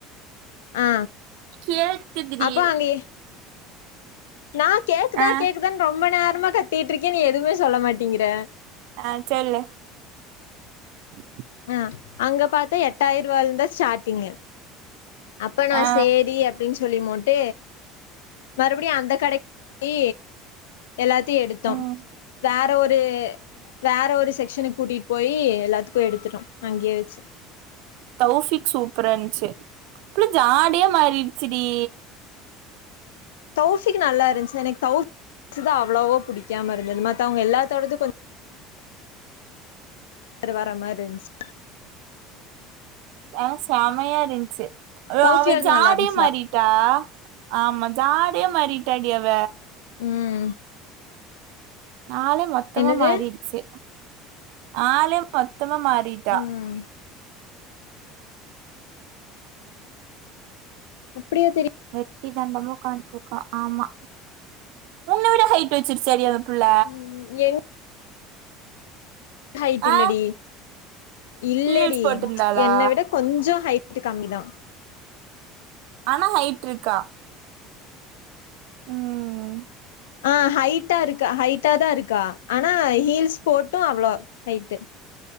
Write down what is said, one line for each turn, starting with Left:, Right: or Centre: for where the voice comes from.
Left: ஆ
Right: கேக்குதுடி
Left: அப்ப அங்க நா கேக்குதா
Right: ஆ
Left: கேக்குதானு ரொம்ப நேர மா கத்திட்டு இருக்கே நீ எதுமே சொல்ல மாட்டிங்கிற
Right: ஆ சொல்லு <inaudible>
Left: ஆ அங்க பாத்தா எட்டாயிர ரூயால இருந்தா ஸ்டார்ட்டிங்க அப்ப நா
Right: ஆ
Left: சேரி அப்டினு சொல்லி முட் மறுபடியு அந்த கடக்கி எல்லாத்தையு எடுத்தோ
Right: ம்
Left: வேற ஒரு வேற ஒரு செக்சனுக் கூட்டிட்டு போய் எல்லாத்துக்கு <unintelligible> எடுத்துட்டோ அங்கயே வெச்சி
Right: தௌபிக் சூப்பரா இருன்ச்சு அப்புள்ள ஜாடயே மாறிட்ச்சிடி
Left: தௌபிக்கு நல்லா இருன்ச்சு எனக்கு தெளபிது தா அவ்ளவோ புடிக்காம இருந்தது மத்த அவங்க எல்லாத்தோடது கொஞ்ஜோ வர மாரி இருன்ச்சு
Right: ஆ செமயா இருன்ச்சு
Left: தௌஃபியோடது
Right: அவ ஜாடயே
Left: நல்லா இருந்துச்சா
Right: மாறிட்டா ஆமா ஜாட அதே மாறிட்டாடி அவ
Left: ம்
Right: ஆளே மொத்தமா
Left: என்னது
Right: மாறிடுச்சு ஆளே மொத் மொத்தமா மாறிட்டா
Left: ம் அப்படியா தெரியு
Right: வெட்டி தண்டமா ஒக்கான்ட்ருக்கா ஆமா முன்ன விட ஹைட் வெச்சிர்ச்சாடி புள்ள
Left: ம் என் ஹைட் இல்லடி
Right: ஆ
Left: இல்லடி
Right: ஹீல்ஸ் போட்ருந்தாளா
Left: என்ன விட கொஞ்ஜோ ஹை வட்டு காம்மி தா
Right: ஆனா ஹை இருக்கா உம்
Left: ஆ ஹைட்டா இருக்கா ஹைட்டா தா இருக்கா ஆனா ஹீல்ஸ் போட்டு அவ்ளோ ஹைட்டு